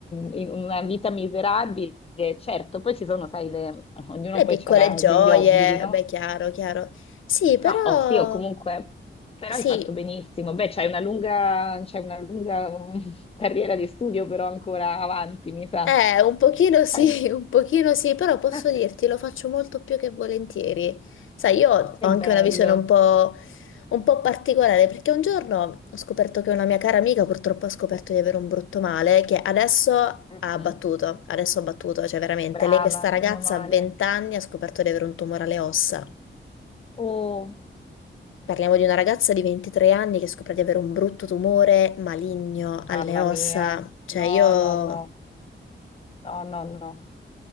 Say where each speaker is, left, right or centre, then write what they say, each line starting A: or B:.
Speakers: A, on the left; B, on the left.
A: in una vita miserabile, certo, poi ci sono, sai, le- ognuno
B: le
A: poi
B: piccole
A: ha
B: gioie,
A: degli obblighi, no?
B: beh chiaro, chiaro, sì
A: No,
B: però
A: oh, sì, o comunque, però
B: sì.
A: hai fatto benissimo. Beh, c'hai una lunga, c'hai una lunga mm, <laughs> carriera di studio, però ancora avanti, mi sa.
B: Eh, un pochino sì,
A: Eh,
B: <laughs> un pochino sì, però
A: <laughs>
B: posso dirti, lo faccio molto più che volentieri. Sai, io ho
A: Che
B: anche
A: bello.
B: una visione un po', un po' particolare, perché un giorno ho scoperto che una mia cara amica purtroppo ha scoperto di avere un brutto male che adesso ha
A: Mm-mm.
B: abbattuto, adesso ha abbattuto, cioè veramente,
A: Brava,
B: lei questa ragazza
A: meno male.
B: a 20 anni ha scoperto di avere un tumore alle ossa.
A: Oh,
B: Parliamo di una ragazza di 23 anni che scopre di avere un brutto tumore maligno alle
A: mamma
B: ossa,
A: mia.
B: cioè
A: No,
B: io...
A: no, no, no, no, no.